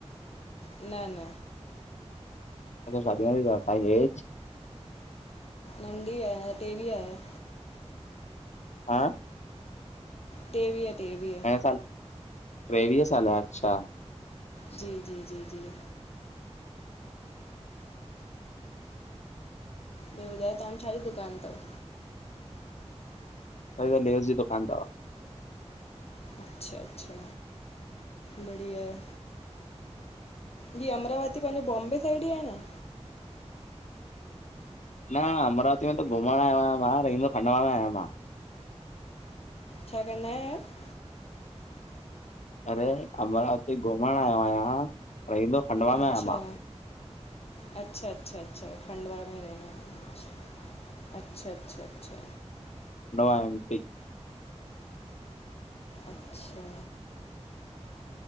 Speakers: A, on the left (about 60°); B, on the left (about 85°).
A: न न।
B: अच्छा, शादीअ वारी तव्हां जी एज।
A: नंढी आहियां, टेवीह आहियां।
B: हा।
A: टेवीह टेवीह।
B: <unintelligible> टेवीह साल अच्छा।
A: जी जी जी जी। ॿियो ॿुधयो, तव्हां जो छा जो दुकान तव?
B: साईं त, लेस जी दुकान तव।
A: अच्छा अच्छा, बढ़िया ए। हीअ अमरावती पांजे बॉम्बे साइड ई आ न?
B: न, अमरावती में त घुमण आयो आयां आहियां मां, रहंदो खंडवा आयां मां।
A: छा कंदा आहियो <unintelligible>
B: अरे अमरावती घुमण आयो आहियां रहंदो खंडवा
A: अच्छा।
B: में आहियां मां।
A: अच्छा अच्छा अच्छा, खंडवा में रहणा आहिनि, अच्छा अच्छा अच्छा।
B: खंडवा एम पी
A: अच्छा